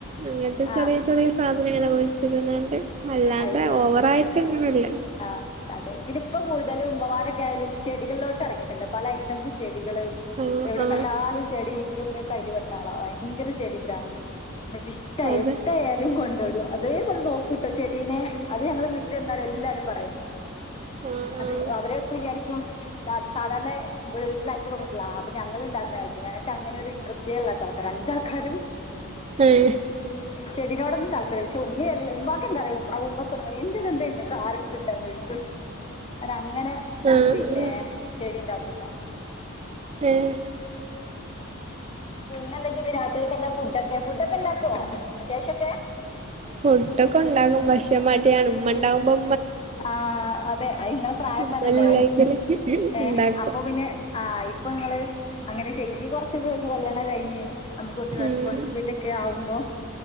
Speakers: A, on the right; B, on the left.
A: അങ്ങൻത്തെ ചെറിയ
B: ആ
A: ചെറിയ സാധ് നിങ്ങനെ കുഴിച്ചിടണണ്ട് അല്ലാണ്ട
B: അത് ശരി
A: ഓവറായിട്ടിങ്ങനെ ഇല്ല
B: ആ അതെ പിന്നിപ്പൊ കൂടുതല് ഉമ്മമാരൊക്കെയായ് യാലും ചെടികൾലോട്ടെറങ്ങീട്ട്ണ്ട് പല ഐറ്റംസ് ചെട് ടികള്
A: ആഹ്
B: എവിടെ
A: ആഹ്
B: കണ്ടാലും ചെടി ഇൻ്റുമ്മയൊക്ക് കയ്ല് പെട്ടാളാ ഭയങ്കര ചെടി ഭ്രാന്തിയ എന്നിട്ട് ഇഷ്ടായാ
A: അതെ
B: എവിടായാലും കൊണ്ടോര് രു അതേപോലെ നോക്കൂട്ടോ ചെടീനെ അത് ഞങ്ങള് വീട്ടില് എന്നാല് എല്ലാര് രും പറയും
A: ആഹ്
B: അവര്
A: ആഹ്
B: അവരെയൊക്കെ വിചാരിക്കും സാധ് സാധാരണ വീട്ടിലഞ്ച് പെങ്കുട്ട്യളാ അപ്പൊ ഞങ്ങള്ണ്ടാക്ക്ണാ വിയാരിച്ചു ഞങ്ങക്ക് അങ്ങനെ ഒരു ഇൻ്ററെസ്റ്റേ ഇല്ലാത്ത ആൾക്കാരാ അഞ്ചാൾക്കാരും
A: ഏഹ്
B: ചെടീനോടൊന്നും താല്പര്യല്ല ക്ഷേ ഉമ്മിയെൽ ഉമ്മാക്കെന്താറിയോ ഉം ഉമ്മ എൻ്റതെന്തേ ഇങ്ങക്കാര് കിട്ടാഞ്ഞോയ്ക്കും അനങ്ങ് അങ്ങനെ
A: ആഹ്
B: പിന്നേ
A: ആഹ്
B: ചെടിയിണ്ടാക്കും
A: ഏഹ്
B: പിന്നെന്തൊക്കെയിന്ന് രാത്രീലേക്കെന്താ ഫുഡൊക്കെ ഫുഡൊക്കെ ഇണ്ടാക്ക്വോ ലേശൊക്കെ
A: ഫുഡൊക്കെ ഒണ്ടാകും പക്ഷേ മടിയാണ് ഉമ്മണ്ടാവുമ്പോ
B: ആഹ് അതെ അയിങ്ങള പ്രായപ്പൊ
A: നമ്മല്ലെങ്കില്
B: അതല്ലേ ഏഹ്
A: ഇണ്ടാക്കും
B: അപ്പൊ പിന്നെ ആ ഇപ്പൊ ഇങ്ങള് അങ്ങനെ ചെയ്യും കുറച്ചൊക്കെ കഴിഞ്ഞ് കല്യാണം കഴിഞ്ഞ് അമ്മക്ക് കൊറച്ച്
A: ഉം
B: റെസ്പോൺസിബിലിറ്റിയെക്കെ ആവുമ്പോ